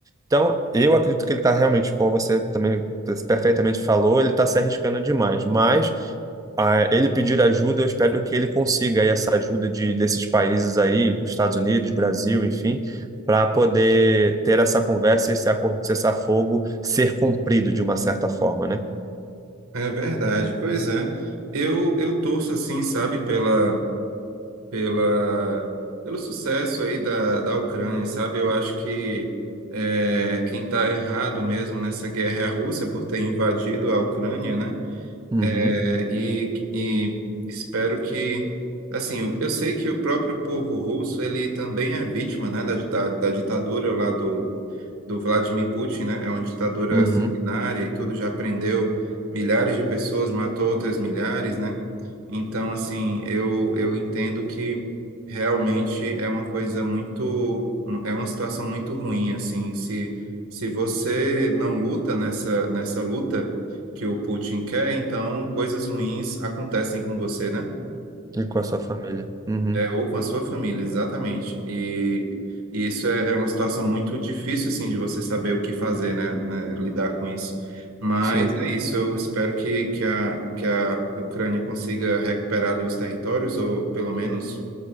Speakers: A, on the right (about 15°); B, on the right (about 85°).
A: Então, eu acredito que ele está realmente, como você também perfeitamente falou, ele está se arriscando demais, mas ah, ele pedir ajuda, eu espero que ele consiga aí essa ajuda de, desses países aí, Estados Unidos, Brasil, enfim, para poder ter essa conversa e esse acordo de cessar-fogo ser cumprido de uma certa forma, né?
B: É verdade, pois é. Eu, eu torço assim, sabe, pela pela, pelo sucesso aí da, da Ucrânia, sabe? Eu acho que é, quem está errado mesmo nessa guerra é a Rússia por ter invadido a Ucrânia, né?
A: Uhum,
B: É, e, e espero que, assim, eu, eu sei que o próprio povo russo, ele também é vítima, né, da, da, da ditadura lá do do Vladimir Putin, né? É uma ditadura
A: uhum.
B: sanguinária e tudo, já prendeu milhares de pessoas, matou outras milhares, né? Então, assim, eu, eu entendo que realmente é uma coisa muito, é uma situação muito ruim, assim, se, se você não luta nessa, nessa luta que o Putin quer, então coisas ruins acontecem com você, né?
A: E com a sua família. Uhum.
B: É, ou com a sua família, exatamente. E, e isso é, é uma situação muito difícil, assim, de você saber o que fazer, né, né, lidar com isso. Mas
A: Sim,
B: é isso, eu espero que, que a, que a Ucrânia consiga recuperar ali os territórios, ou pelo menos